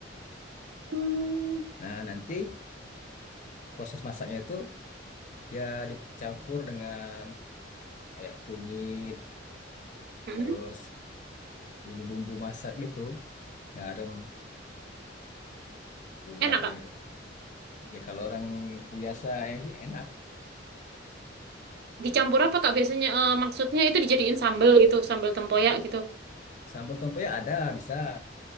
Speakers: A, on the right; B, on the left.
A: Hmm.
B: Nah, nanti proses masaknya itu ya dicampur dengan kayak kunyit,
A: Hmm.
B: terus bumbu-bumbu masak gitu, garam, gula
A: Enak Kak.
B: gitu. Ya kalau orang biasa yang enak,
A: Dicampur apa Kak biasanya? Eh, maksudnya itu dijadiin sambel gitu, sambel tempoyak gitu.
B: sambal tempe ya ada bisa,